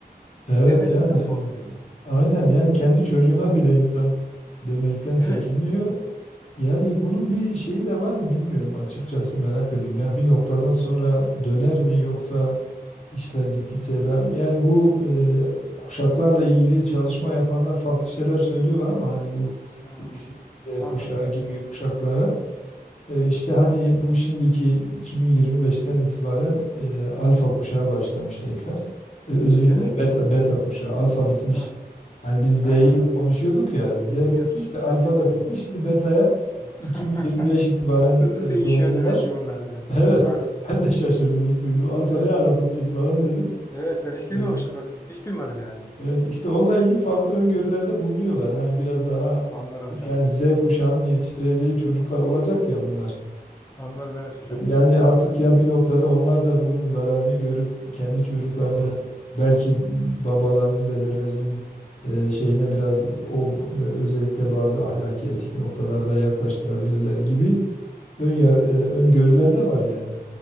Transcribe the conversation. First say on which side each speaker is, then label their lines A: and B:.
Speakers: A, on the left; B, on the left.
A: Evet
B: demesinden
A: yani
B: korkuyorum.
A: öyle. Aynen yani kendi çocuğuna bile insan demekten
B: Evet.
A: çekiniyor. Yani bunun bir şeyi de var mı bilmiyorum açıkçası merak ediyorum. Ya bir noktadan sonra döner mi yoksa İşler gittikçe daha yani bu e, kuşaklarla ilgili çalışma yapanlar farklı şeyler söylüyorlar ama hani bu
B: Hmm,
A: X, Y, Z
B: anladım.
A: kuşağı gibi kuşaklara e, işte hani bu şimdiki 2025'ten itibaren e, alfa kuşağı başlamış tekrar. E, özür
B: Öyle
A: dilerim
B: miymiş?
A: beta, beta kuşağı alfa bitmiş.
B: Ha,
A: Yani biz
B: ha,
A: Z'yi konuşuyorduk ya Z
B: bilmiyordum.
A: bitmiş de alfa
B: Ben bilmiyordum.
A: da bitmiş şimdi betaya
B: <laughs>
A: 2025 itibaren
B: Hızlı değişiyor
A: e, doğumlular.
B: demek ki
A: <laughs>
B: bunlar hocam.
A: Evet
B: Pardon.
A: ben de şaşırdım ilk duydum alfa
B: Evet.
A: ne ara bitti falan dedim.
B: Evet ben hiç duymamışım
A: Ee,
B: bakın. Hiç duymadım yani.
A: Evet işte onunla ilgili farklı öngörülerde bulunuyorlar. Hani biraz daha
B: Anladım
A: çünkü
B: hocam.
A: yani Z kuşağının yetiştireceği çocuklar olacak ya bunlar.
B: Anladım evet hocam.
A: E, Yani artık ya bir noktada onlar da bunun zararını görüp kendi çocuklarını
B: Hmm.
A: belki babalarının, dedelerinin e, şeyine biraz o b- e, özellikle bazı ahlaki etik noktalarda yaklaştırabilirler gibi ön, yar- e, öngörüler de var yani.